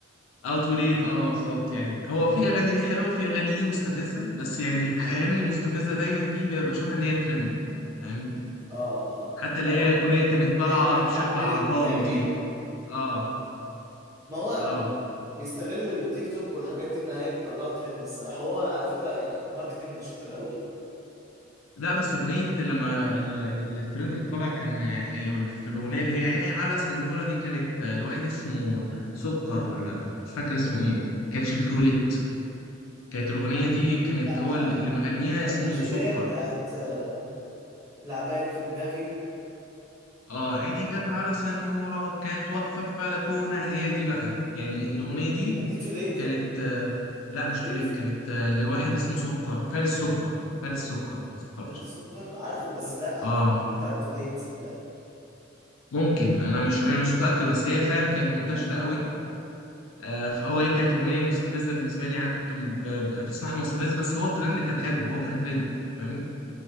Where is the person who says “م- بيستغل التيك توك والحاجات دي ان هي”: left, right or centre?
Right